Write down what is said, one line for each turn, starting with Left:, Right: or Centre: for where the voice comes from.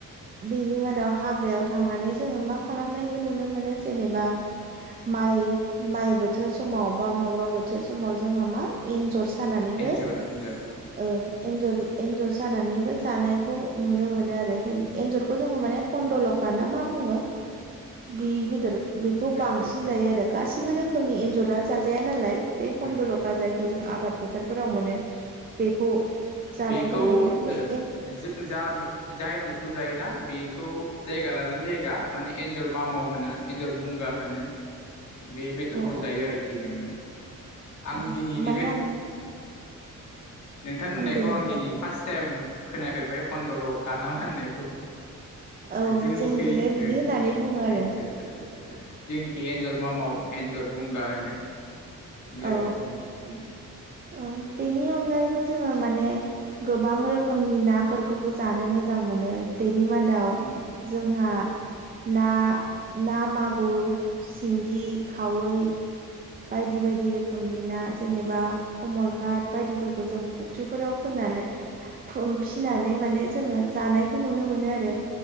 Right: बेनि मादाव हाग्रायाव थांनानै जोङो मा खालामनायबो नुनो मोनो जेनेबा माइ माइ बोथोर समाव बा माबा बोथोर समाव जोंहा माइ एन्जर सानानैबो
Left: एन्जर एन्जर औ औ
Right: ओ एनजर
Left: उम
Right: जानानैबो जानायखौ नुनो मोनो आरो एन्जरखौ जोङो माने खनन्दलक गााना मा बुङो? बे बेदर बेखौ
Left: आदसा
Right: बांसिन
Left: आदसा आदसा
Right: जायो आरो गासिबो
Left: उम
Right: रोखोमनि एन्जरा जाजाया नालाय। बे हन्दलक
Left: उम उम
Right: जायखौ जों आबाद फोथारफोराव
Left: उम
Right: मोनो। बेखौ जानायखौ
Left: बेखौ ओ
Right: नुयो बे एन
Left: जों जा जा एन्जरखौ जायोना बेखौ जायगा लानानै जायगा माने एन्जर मामाव होनो एन्जर बुंगा होनो। बे बेदरखौ
Right: अ
Left: जायो आरोखि जों। आं
Right: अ
Left: दिनै नैबे
Right: माने
Left: ओ
Right: आं
Left: नोंथांमोननायखौ
Right: बुंदो
Left: आं
Right: नोंथां
Left: दिनै फार्स्ट टाइम खोनाफेरबाय हन्दल'खा नाामा होननायखौ।
Right: औ
Left: जोंनिखै
Right: जोंनिखिजाय बिदि
Left: आ
Right: होननानै
Left: आ
Right: बुङो आरो
Left: आ जोंनिखि एन्जर मा मावो एन्जर बुंगा होनो बिदि
Right: औ
Left: आरोखि ना। ओम
Right: ओ बेनि अनगायैबो जोङो माने गोबां रो रोखोमनि नाफोरखौबो जानो मोजां मोनो बेनि मादाव
Left: उम
Right: जोंहा ना ना मागुर सिंगि खावै बायदि बायदि रोखोमनि ना जेनेबा
Left: उम उम
Right: कमलघाट बायदिफोरखौ जों फुख्रिफोराव फोनानै फिसिनानै माने जोङो जानायखौ नुनो मोनो आरो